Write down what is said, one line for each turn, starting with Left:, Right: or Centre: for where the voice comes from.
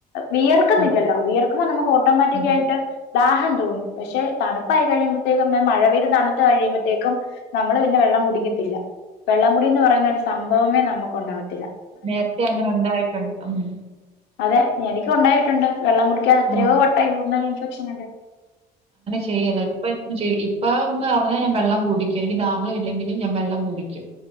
Left: വിയർക്കുന്നില്ലല്ലോ
Right: ആഹ്
Left: വിയർക്കുമ്പോ നമുക്ക് ഓട്ടോമാറ്റിക്കായിട്ട്
Right: അതെ.
Left: ദാഹം തോന്നും പക്ഷെ തണുപ്പായി കഴിയുമ്പോഴത്തേക്കും മഴ പെയ്ത് തണുത്ത് കഴിയുമ്പഴത്തേക്കും നമ്മള് പിന്നെ വെള്ളം കുടിക്കത്തില്ല വെള്ളം കുടിന്ന് പറയുന്ന ഒരു സംഭവമേ നമുക്ക് ഉണ്ടാവത്തില്ല.
Right: നേരത്തെ അങ്ങനെ ഉണ്ടായിട്ടുണ്ട് ഉ
Left: അതെ എനിക്കും ഉണ്ടായിട്ടുണ്ട് വെള്ളം കുടിക്കാെതെ എത്രയോ
Right: ആഹ്.
Left: വട്ട യൂറിനൽ ഇൻഫെക്ഷൻ ഉണ്ട്
Right: ചെയ്യല്ല ഇപ്പ ഇപ്പ ഒന്ന് അവനെ വെള്ളം കുടിക്കും എനിക്ക് ദാഹ ഇല്ലെങ്കിലും ഞാൻ വെള്ളം കുടിക്കും